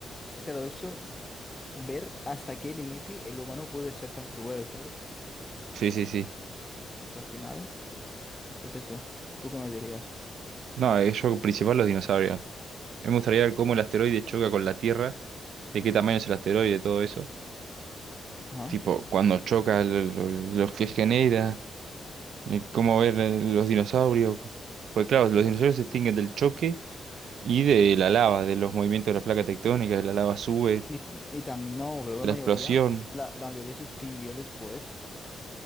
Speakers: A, on the left; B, on the right.
A: Claro, eso, ver hasta qué límite el humano puede ser tan cruel, ¿sabes?
B: Sí, sí, sí.
A: Porque al final es eso. ¿Tú qué me dirías?
B: No, eh, yo principal los dinosaurios. A mí Me gustaría ver cómo el asteroide choca con la Tierra. De qué tamaño es el asteroide, todo eso.
A: Ajá.
B: Tipo, cuando choca, lo, lo- lo que genera. eh, Cómo ver eh, los dinosaurios. Pues claro, los dinosaurios se extinguen del choque Y de la lava, de los movimientos de las placas tectónicas, de la lava sube,
A: Y, y tam- no, creo que
B: de
A: la
B: la
A: mayoría,
B: explosión.
A: la, la mayoría se extinguió después,